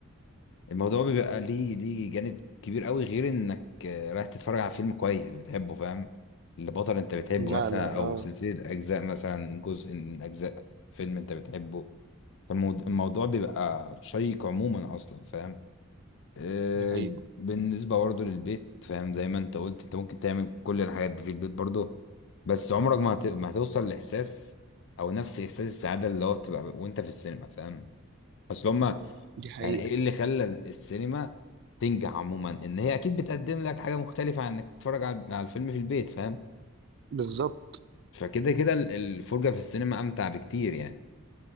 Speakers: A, on the left (about 60°); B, on the right (about 55°).
A: الموضوع بيبقى ليه ليه جانب كبير قوي غير انك آه، رايح تتفرج على فيلم كويس بتحبه فاهم البطل انت بتحبه
B: لا
A: مثلا
B: لا
A: او
B: اه
A: سلسلة اجزاء مثلا جزء من اجزاء فيلم انت بتحبه فالموضوع الموضوع بيبقى شيق عموما اصلا فاهم آه،
B: دي حقيقة
A: بالنسبة برضه للبيت فاهم زي ما انت قلت انت ممكن تعمل كل الحاجات دي في البيت برضه بس عمرك ما هت- ما هتوصل لاحساس او نفس احساس السعادة اللي هو بتبقى وانت في السينما فاهم اصل هما
B: دي حقيقة
A: يعني ايه اللي خلى السينما تنجح عموما ان هي اكيد بتقدم لك حاجه مختلفه عن انك تتفرج على على الفيلم في البيت فاهم
B: بالظبط
A: فكده كده ال- الفرجه في السينما امتع بكتير يعني